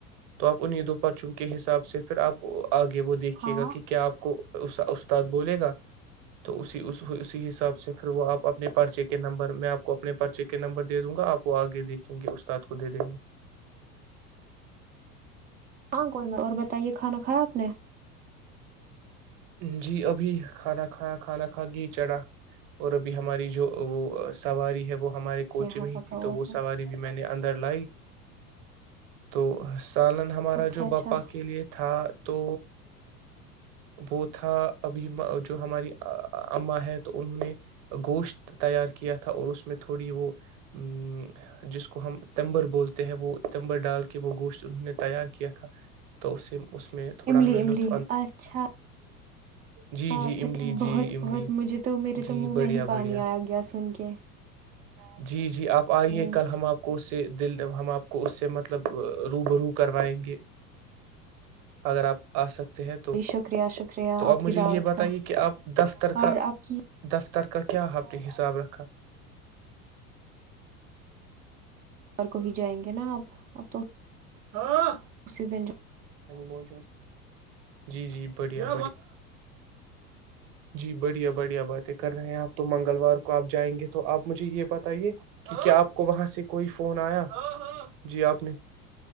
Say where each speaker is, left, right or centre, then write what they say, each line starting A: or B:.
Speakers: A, on the right; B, on the right.
A: تو آپ انہیں دو پرچوں کے حساب سے پھر آپ آگے وہ دیکھیے
B: ہاں
A: گا کہ کیا آپ کو استاد بولے گا تو اس اسی حساب سے پھر وہ آپ اپنے پرچے کے نمبر میں آپ کو اپنے پرچے کے کے نمبر دے دوں گا آپ وہ آگے دیکھیں گے استاد کو دے دیں گے
B: ہاں کوئی اور بتائیے کھانا کھایا آپ نے
A: جی ابھی کھانا کھ کھانا کھا گی چڑا اور ابھی ہماری جو وہ سواری ہے وہ ہمارے کوچ
B: یہاں
A: میں ہی
B: پکا
A: تھی
B: ہوا
A: تو وہ
B: تھا
A: سواری بھی میں نے اندر لائی تو سالن ہمارا
B: اچھا
A: جو
B: اچھا
A: باپا کے لیے تھا تو وہ تھا ابھی جو ہماری اماں ہے تو انہوں نے گوشت تیار کیا تھا اور اس میں تھوڑی وہ ا جس کو ہم تمبر بولتے ہیں وہ تمبر ڈال کے وہ گوشت انہوں نے تیار کیا تھا تو اسے اس میں تھوڑا
B: املی
A: ہمیں لط
B: املی اچھا
A: جی
B: ہاں
A: جی
B: پھر
A: املی جی
B: بہت
A: املی
B: بہت مجھے تو میرے
A: جی
B: تو منہ
A: بڑھیا
B: میں ہی
A: بڑھیا
B: پانی آیا گیا سن کے
A: جی جی جی آپ آئیے
B: ہوں
A: کل ہم آپ کو سے دل ہمار آپ کو اس سے مطلب رو ب رو کروائیں گے اگر آپ آ سکتے ہیں تو
B: جی شکریہ شکریہ
A: تو آپ مجھے
B: کی دعوت
A: یہ بتائیے
B: کا
A: کہ آپ دفتر
B: اور
A: کا
B: آپ کی
A: دفتر تر کا کیا اپنے حساب رکھا
B: اور کو ہی جائیں گے نا آپ اب تو
A: ہاں
B: اسی دن
A: م جی جی بڑیا جی بڑھیا بڑھیا باتیں کر رہے ہیں آپ تو منگلوار کو آپ جائیں گے تو آپ مجھے یہ بتائیے کہ کیا آپ کو وہاں سے کوئی فون آیا جی آپ نے